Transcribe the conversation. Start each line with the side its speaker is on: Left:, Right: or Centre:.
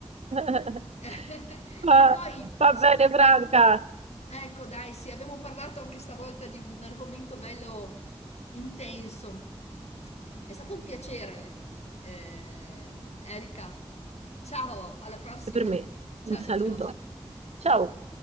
Right: <laughs>
Left: Mm. <laughs>
Right: Va,
Left: Che poi,
Right: va
Left: senti...
Right: bene, Franca.
Left: Ecco, dai, sì, abbiamo parlato anche stavolta di un argomento bello intenso. È stato un piacere, eh, Erika. Ciao, alla prossima.
Right: E per me,
Left: Ciao,
Right: un saluto.
Left: ciao, ciao.
Right: Ciao.